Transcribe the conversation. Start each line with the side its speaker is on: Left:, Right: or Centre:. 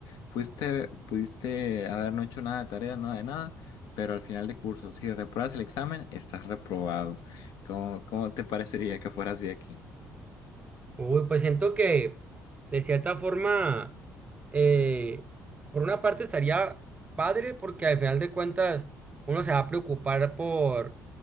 Left: fuiste, pudiste haber no hecho nada de tarea, nada de nada, pero al final de curso, si repruebas el examen, estás reprobado. ¿Cómo, cómo te parecería que fuera así aquí?
Right: Uy, pues siento que de cierta forma, eh, por una parte estaría padre porque al final de cuentas uno se va a preocupar por